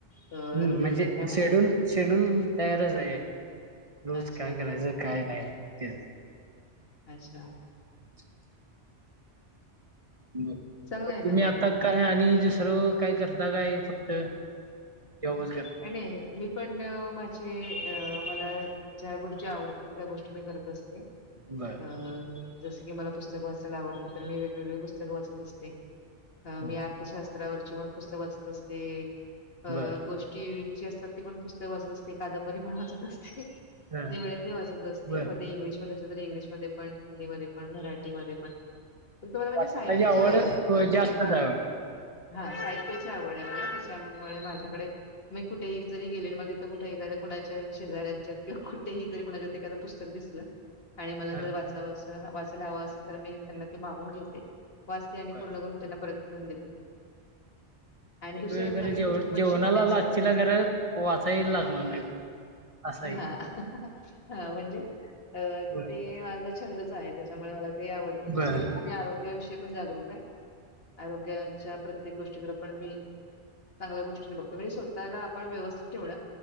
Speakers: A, on the left; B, on the right.
A: अ,
B: हम्म
A: रु
B: म्हणजे
A: काय म्हणायचं?
B: शेड्यूल शेड्यूल तयारच आहे रोज
A: अच्छा,
B: काय करायचं काय नाही तेज
A: अच्छा
B: <unintelligible> मग
A: चांगलं आहे
B: तुम्ही
A: ना मग
B: आता
A: ते.
B: काय आणि सर्व काय करता काय फक्त जॉबच करता?
A: आणि मी पण माझ मला ज्या गोष्टी आवडत त्या गोष्टी मी करत असते
B: बर
A: हम <unintelligible> जस की मला पुस्तक वाचायला आवडत तर मी वेगवेगळे पुस्तकं वाचत असते
B: हं.
A: मी अर्थशास्त्र स्तरावरची पण पुस्तक वाचत असते अ
B: बर
A: <unintelligible> असतात ते पण पुस्तक वाचत असते कादंबरी पण वाचत असते
B: हा
A: जे मिळेल ते वाचत असते
B: बर
A: मग ते इंग् इंग्लिशमध्ये पण हिंदी मधे पण मराठी मधे पण तर तु मला म्हणजे
B: वाचनाची
A: साहित्याची आवड आहे
B: ख- जास्तच
A: हा
B: आहे वाटतं.
A: हा साहित्याची आवड आहे मला कशा त्यामुळे माझ्याकडे मग कुठेही जरीेले आणि मग तथ कुठ एखाद्या कोणाच्या शेजाऱच्यात किंवा कुठेही जरी कोणाच्यात एखाद पुस्तक दिसलं आणि मला
B: हा
A: जर वाचाव वाचायला हवं असेल तर मी त्यांना ते मागून घेते वाचते आणि
B: बर
A: पूर्ण करून त्यांना परत नेहून देते आणि
B: ववेगर
A: दुसऱ्या नवीन
B: जेव
A: गोष्टी पण
B: जेवणाला
A: शिकण्यासाठी
B: लाच शलागरे
A: असतात
B: <unintelligible> वाचायला लागनार नाही असं आहे.
A: हा हा म्हणजे अ
B: बर
A: ते छंदच आहे त्याच्यामुळे मला ते आवडतं दुसरी
B: बर
A: गोष्ट मी आरोग्याविषयी पण जागरूक आहे आरोग्याच्या प्रत्येक गोष्टीकडे पण मी चांगल्या गोष्टीने बघतो म त्याला आपण व्यवस्थित ठेवण